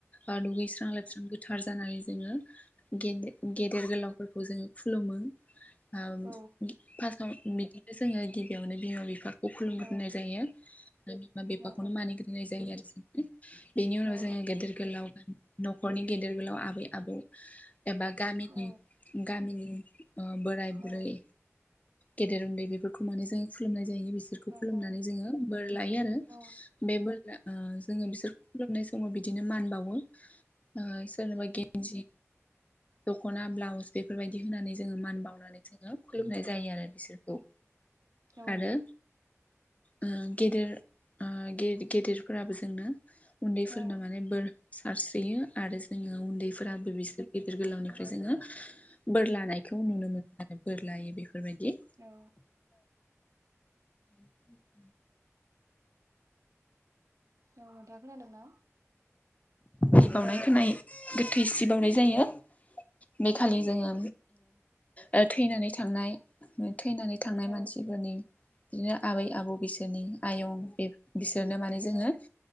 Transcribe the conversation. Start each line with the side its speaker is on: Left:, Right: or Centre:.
Left: ओ दुगैस्रां स्रां गोथार जानानै जोङोे गेदे-गेदेर गोलावफोरखौ जोङो खुलुमो। ओ
Right: औ
Left: फार्स्टआव बिदिनो जोङो गिबियावनो बिमा बिफाखौ खुलुमगोरनाय
Right: औ
Left: जायो। आरो बिमा बिफाखौनो
Right: औ
Left: मानिग्रोनाय जायो आरो जों बेनि उनाव
Right: औ
Left: जोङो गेदेर गोलाव खर गेदेर गोलाव आबै आबौ एबा गामिनि
Right: औ
Left: गामिनि ओ बोराय
Right: औ
Left: बुरै गेदेर उन्दै बेफोरखौ माने जों खुलुमनाय जायो बिसोरखौ
Right: नंगौ
Left: खुलुमनानै
Right: औ
Left: जोङो बोर लायो आरो।
Right: औ
Left: बे बोर ला ओ जोङो बिसोरखौ खुलुमनाय समाव बिदिनो मान बावो। ओ सोरनोबा गेन्जि, दखना, ब्लाउस बेफोरबायदि होनानै जोङो मान बावनानै जोङो खुलुमनाय जायो आरो बिसोरखौ।
Right: औ
Left: आरो ओ गेदेर ओ गे-गेदेरफोराबो जोंनो उन्दैफोरनो
Right: नोंथाङा
Left: माने बोर सारस्रियो आरो जोङो उन्दैफोराबो बिसोर गिदिर गोलावनिफ्राय जोङो बोर लानायखौ नुनो मोनो आरो बोर लायो बेफोरबायदि।
Right: औ
Left: उमम
Right: औ नोंथांआ खोनादों ना?
Left: गिब बावनाय खोनायो गोथैसि बावनाय जायो
Right: औ
Left: बे खालि जोङो ओ थैनानै थांनाय थैनानै थांनाय
Right: औ
Left: मानसिफोरनि बिदिनो आबै आबौ बिसोरनि आयं बे बिसोरनो माने जोङो
Right: औ